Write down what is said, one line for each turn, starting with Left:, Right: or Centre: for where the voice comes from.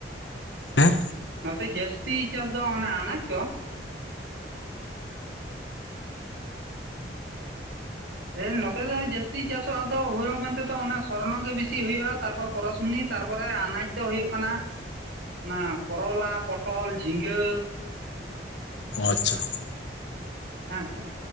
Left: ᱦᱮᱸᱻ
Right: ᱱᱚᱛᱮ ᱡᱟᱹᱥᱛᱤ ᱪᱟᱥ ᱫᱚ ᱚᱱᱮ ᱟᱱᱟᱡᱽ ᱠᱚ ᱦᱮᱸ ᱱᱚᱛᱮ ᱫᱚ ᱡᱟᱹᱥᱛᱤ ᱪᱟᱥᱚᱜ ᱟᱫᱚ ᱦᱳᱲᱳ ᱢᱮᱱᱛᱮ ᱫᱚ ᱚᱱᱟ ᱥᱚᱨᱱᱚ ᱜᱮ ᱵᱮᱥᱤ ᱦᱩᱭᱩᱜᱼᱟ ᱛᱟᱨᱯᱚᱨ ᱯᱚᱨᱚᱥᱢᱩᱱᱤ ᱛᱟᱨᱯᱚᱨᱮ ᱟᱱᱟᱡᱽ ᱫᱚ ᱦᱩᱭᱩᱜ ᱠᱟᱱᱟ ᱚᱱᱟ ᱠᱚᱨᱚᱞᱟ ᱯᱚᱴᱚᱞ ᱡᱷᱤᱸᱜᱟᱹ
Left: ᱚ ᱟᱪᱪᱷᱟ ᱾
Right: ᱦᱮᱸ ᱥᱮ